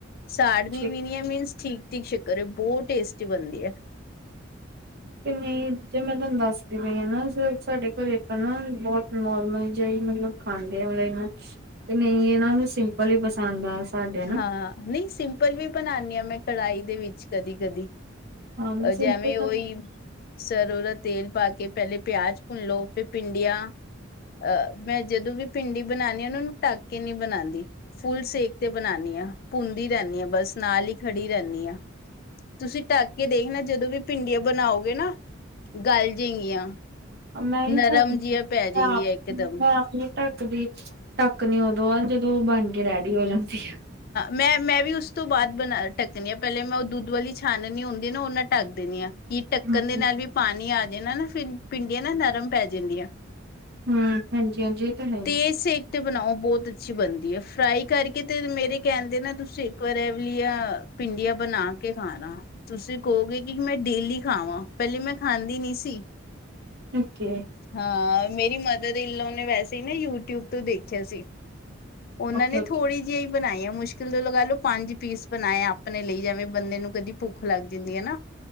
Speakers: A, on the left; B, on the right.
A: ਸਾੜਨੀ
B: ਠੀਕ
A: ਵੀ ਨਹੀਂ ਮੀਨਸ ਠੀਕ ਠੀਕ ਸ਼ੱਕਰ ਬਹੁਤ ਟੇਸਟੀ ਬਣਦੀ ਹੈ।
B: ਨਹੀਂ ਜੇ ਮੈਂ ਤੁਹਾਨੂੰ ਦੱਸਦੀ ਪਈ ਹਾਂ ਨਾ ਸਿਰਫ ਸਾਡੇ ਘਰੇ ਤਾਂ ਨਾ ਬਹੁਤ ਨੋਰਮਲ ਜਿਹੇ ਮਤਲਬ ਖਾਂਦੇ ਆ ਮਤਲਬ ਇਹਨਾ ਤੇ ਨਹੀਂ ਇਹਨਾਂ ਨੂੰ ਸਿੰਪਲ ਹੀ ਪਸੰਦ ਆ ਸਾਡੇ ਨਾ
A: ਹਾਂ ਨਹੀਂ ਸਿੰਪਲ ਵੀ ਬਣਾਨੀ ਹਾਂ ਮੈਂ ਕੜਾਹੀ ਦੇ ਵਿੱਚ ਕਦੀ ਕਦੀ
B: ਹਾਂ ਸਿੰਪਲ
A: ਜੇ ਐਵੇਂ
B: ਤਾਂ
A: ਉਹੀ
B: ਹਾਂ
A: ਸਰੋਂ ਦਾ ਤੇਲ ਪਾ ਕੇ ਪਹਿਲੇ ਪਿਆਜ ਭੁੰਨ ਲਓ ਫਿਰ ਭਿੰਡੀਆਂ ਅ ਮੈਂ ਜਦੋਂ ਵੀ ਭਿੰਡੀ ਬਣਾਉਣੀ ਆ ਉਹ ਨੂੰ ਢੱਕ ਕੇ ਨਹੀਂਬਣਾਉਂਦੀ ਫੁੱਲ ਸੇਕ ਤੇ ਬਣਾਉਨੀ ਹਾਂ ਭੁੰਨਦੀ ਰਹਿੰਦੀ ਹਾਂ ਬਸ ਨਾਲ ਹੀ ਖੜੀ ਰਹਿੰਦੀ ਹਾਂ। ਤੁਸੀਂ ਢੱਕ ਕੇ ਦੇਖ ਨਾ ਜਦੋਂ ਵੀ ਭਿੰਡੀਆਂ ਬਣਾਓਗੇ ਨਾ ਗਲ ਜੇਗੀਆਂ।
B: ਨਹੀਂ
A: ਨਰਮ
B: ਢੱਕਦੀ
A: ਜਿਹੀਆਂ ਪੈ ਜਾਏਗੀਆਂ
B: ਮੈਂ
A: ਇਕਦਮ।
B: ਮੈ ਆਪਣੇ ਢੱਕਦੀ ਢੱਕ ਨੀ ਉਦੋਂ ਆ ਜਦੋਂ ਉਹ ਬਣ ਕੇ ਰੈਡੀ ਹੋ ਜਾਂਦੀ ਆ।
A: ਮੈਂ ਮੈਂ ਵੀ ਉਸ ਤੋਂ ਬਾਅਦ ਬਣਾ ਢੱਕਣੀ ਹਾਂ ਪਹਿਲੇ ਮੈਂ ਉਹ ਦੁੱਧ ਵਾਲੀ ਛਾਨਣੀ ਹੁੰਦੀ ਹੈ ਨਾ ਉਹ ਨਾਲ ਢੱਕ ਦਿੰਦੀ ਹਾਂ। ਕਿ ਢੱਕਣ
B: ਹੂੰ
A: ਦੇ ਨਾਲ ਵੀ ਪਾਣੀ ਆ ਜਾਣਾ ਨਾ ਫਿਰ ਭਿੰਡੀਆਂ ਨਾ ਨਰਮ ਪੈ ਜਾਂਦੀਆਂ।
B: ਹੂੰ ਹਾਂਜੀ ਹਾਂਜੀ ਇਹ ਤਾਂ ਹੈ ਹੀ।
A: ਤੇ ਸੇਕ ਤੇ ਬਣਾਓ ਬਹੁਤ ਅੱਛੀ ਬਣਦੀ ਹੈ ਫਰਾਈ ਕਰਕੇ ਤੇ ਮੇਰੇ ਕਹਿਣ ਦੇ ਨਾ ਤੁਸੀਂ ਇੱਕ ਵਾਰ ਐਵੇਂ। ਕਿਹਾ ਭਿੰਡੀਆਂ ਬਣਾ ਕੇ ਖਾਣਾ ਤੁਸੀਂ ਕਹੋਗੇ ਕਿ ਮੈਂ ਡੇਲੀ ਖਾਵਾਂ ਪਹਿਲੇ ਮੈਂ ਖਾਂਦੀ ਨੀ ਸੀ।
B: ਓਕੇ
A: ਹਾਂ ਮੇਰੀ ਮਦਰ ਇਨ ਲੋ ਨੇ ਵੈਸੇ ਹੀ ਨਾ ਯੂਟਿਊਬ ਤੋਂ ਦੇਖਿਆ ਸੀ ਉਹਨਾਂ
B: ਓਕੇ
A: ਨੇ
B: ਓਕੇ
A: ਥੋੜ੍ਹੀ ਜਿਹੀ ਬਣਾਈਆਂ। ਮੁਸ਼ਕਿਲ ਤੋਂ ਲਗਾ ਲੋ ਪੰਜ ਪੀਸ ਬਣਾਏ ਆਪਣੇ ਲਈ ਜਿ ਵੇਂ ਬੰਦੇ ਨੂੰ ਕਦੀ ਭੁੱਖ ਲੱਗ ਜਾਂਦੀ ਹੈ ਨਾ।